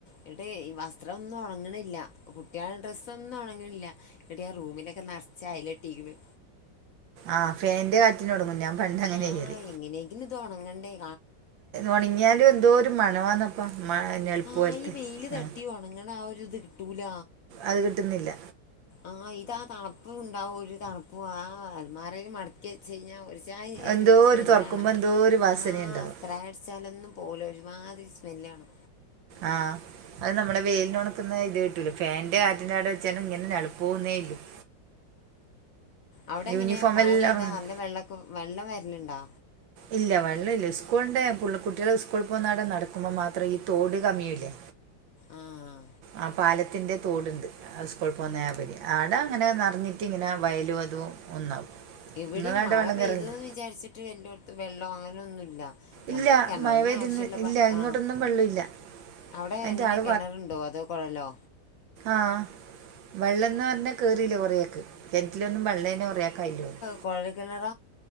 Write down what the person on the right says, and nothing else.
ആഹ് ഫാൻ്റെ കാറ്റിന് ഒണങ്ങും ഞാൻ പണ്ട് അങ്ങനെ
ചെയ്യല്.
ഉണങ്ങിയാലും എന്തോ ഒരു മണവന്നപ്പ മ നൊൽപ്പ്
പോലത്തെ
ആ
അത് കിട്ടുന്നില്ല.
എന്തോ
തുറക്കുമ്പോ എന്തോ ഒരു വാസന
ഉണ്ടാവും
ആഹ് അത് നമ്മുടെ വേലിനോ <unintelligible>
യൂണിഫോമെല്ലാം
ഒണങ്ങും
ഇല്ല വെള്ളം ഇല്ല സ്കൂളിന്റെ <unintelligible> സ്കൂളിൽ പോകുന്നവട്ടെ നടക്കുമ്പോ മാത്രം ഈ തോട് കമ്മിയൂല്ലേ
ആഹ് പാലത്തിന്റെ തോടുണ്ട് ആഹ് സ്കൂൾ പോവുന്ന
വരി ആടെ അങ്ങനെ നിറഞ്ഞിട്ട് <unintelligible> വയലും അതും ഒന്നാവും.
നിങ്ങളവിടെ
വെള്ളം
കയറലുണ്ടോ
ഇല്ല
മഴ പെയ്തിന്ന്
ഇല്ല
ഇങ്ങോട്ടൊന്നും
വെള്ളമില്ല
അതിൻ്റെ
ആൾ
ആഹ് വെള്ളംന്ന് പറഞ്ഞ <unintelligible>